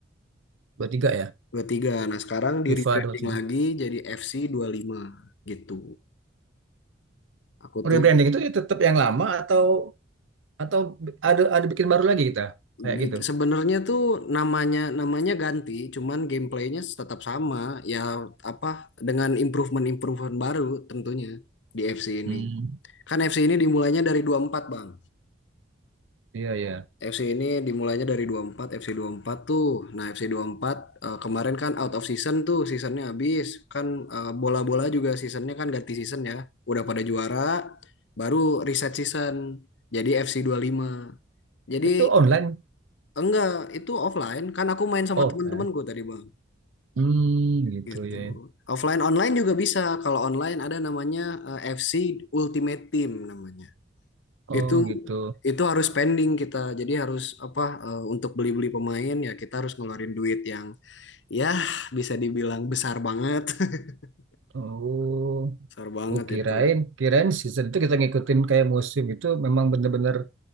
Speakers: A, on the right; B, on the left.
A: dua tiga ya?
B: tiga. Nah, sekarang di
A: FIFA
B: rebranding
A: 23.
B: lagi jadi FC lima gitu. Aku
A: Oh,
B: tuh
A: rebranding itu tetap yang lama atau atau ada ada bikin baru lagi kita?
B: Di-
A: Kayak gitu.
B: Sebenarnya tuh namanya namanya ganti, cuman gameplaynya tetap sama. Ya apa dengan improvement-improvement baru tentunya di FC ini.
A: Hmm,
B: Kan FC ini dimulainya dari 24 Bang.
A: iya iya.
B: FC ini dimulainya dari 24, FC empat tuh. Nah, FC 24 eh, kemarin kan out of season tuh, seasonnya habis. Kan eh, bola-bola juga seasonnya kan ganti season ya. Udah pada juara, baru reset season. Jadi FC lima. Jadi
A: Itu online.
B: Enggak, itu offline. Kan aku main sama
A: Oh,
B: teman-temanku
A: offline.
B: tadi, Bang.
A: Hmm, gitu
B: Gitu.
A: ya.
B: Offline online juga bisa. Kalau online ada namanya eh, FC Ultimate Team namanya. Itu
A: Oh, gitu.
B: itu harus spending kita. Jadi harus apa eh, untuk beli-beli pemain ya kita harus ngeluarin duit yang ya bisa dibilang besar banget. <laughs>
A: Oh,
B: Besar banget
A: Oh kirain,
B: itu.
A: kirain season itu kita ngikutin kayak musim itu memang bener-bener